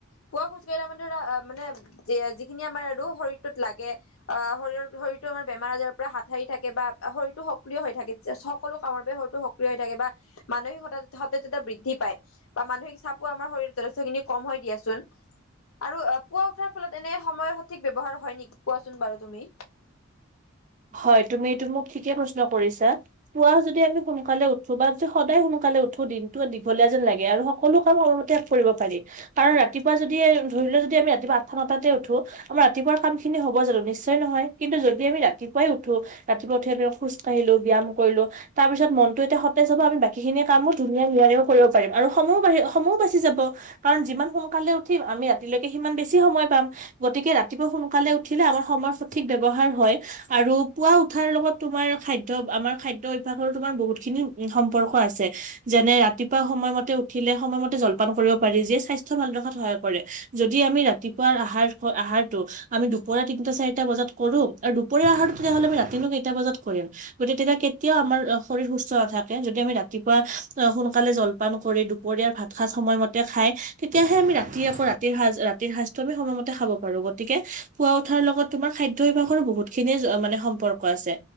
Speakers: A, on the left (about 65°); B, on the right (about 35°).
A: পুৱা খোজ কাঢ়িলে মানে ধৰা মানে সেই খিনি আমাৰ আৰু শৰীৰটোত লাগে অ শৰীৰৰ শৰীৰো আমাৰ আজাৰৰ পৰা হাত থাকে বা শৰতটো সক্ৰিয় হৈ থাকে সকলো কামৰ বাবে শৰীৰটো সক্ৰিয় হৈ থাকে বা মানসিক সতেজতা বৃদ্ধি পায় বা মানসিক চাপো আমাৰ শৰীৰত যথেষ্ট খিনি কম হয় দিয়াচোন আৰু পুৱা উঠাৰ ফলত এনে সময়ৰ সঠিক ব্যৱহাৰ হয় নেকি কোৱাচোন বাৰু তুমি
B: হয় তুমি এইটো মোক ঠিকে প্ৰশ্ন কৰিছা পুৱা যদি আমি সোনকালে উঠো বা যদি সদায় সোনকালে উঠো দিনটো দীঘলীয়া যেন লাগে আৰু সকলো কাম সময় মতে কৰিব পাৰি কাৰণ ৰাতিপুৱা যদি ধৰি লও যদি আমি ৰাতিপুৱা আঠটা নটাতে উঠো আমাৰ ৰাতিপুৱা কাম খিনি হ'ব জানো নিশ্চয় নহয় কিন্তু যদি আমি ৰা ৰাতিপুৱাই উঠো ৰাতিপুৱা উঠি আমি খোজ কঢ়িলো ব্যায়াম কৰিলো তাৰপিছত মনটো এতি সতেজ হব আমি বাকীখিনি কামো ধুনীয়া নিয়াৰিকৈ কৰিব পাৰিম আৰু সময়ো বাঢ়ি সময়ো বাচি যাব কাৰণ যিমান সোনকালে উঠিম আমি ৰাতিলৈকে সিমান বেছি সময় পাম গতিকে ৰাতি ৰাতিপুৱা সোনকালে উঠিলে আমাৰ সময় সঠিক ব্যৱহাৰ হয় আৰু পুৱা উঠাৰ লগত তোমাৰ খাদ্য আমাৰ খাদ্য অভ্যাসৰো তোমাৰ বহুতখিনি সম্পৰ্ক আছে যেনে ৰাতিপুৱা সময়মতে উঠিলে সময়মতে জলপান কৰিব পাৰি যিয়ে স্বাস্থ্য ভাল ৰখাত সহায় কৰে যদি আমি ৰাতিপুৱা আহাৰ আহাৰটো আমি দুপৰীয়া তিনটা চাৰিটা বজাত কৰো দুপৰীয়া আহাৰটো তেতিয়াহ'লে আমি ৰাতিনো কেইটা বজাত কৰিম গতিকে তেতিয়া কেতিয়াও আমাৰ শৰীৰ সুস্থ নাথাকে যদি আমি ৰাতিপুৱা আহ সোনকালে জলপান কৰি দুপৰীয়াৰ ভাত সাজ সময় মতে খায় তেতিয়াহে আমি ৰাতি আকৌ ৰাতিৰ সাজ ৰাতিৰ সাজটো আমি সময়মতে খাব পাৰো গতিকে পোৱা উঠাৰ লগত তোমাৰ খাদ্য বিভাগৰো বহুত খিনিয়ে মানে সম্পৰ্ক আছে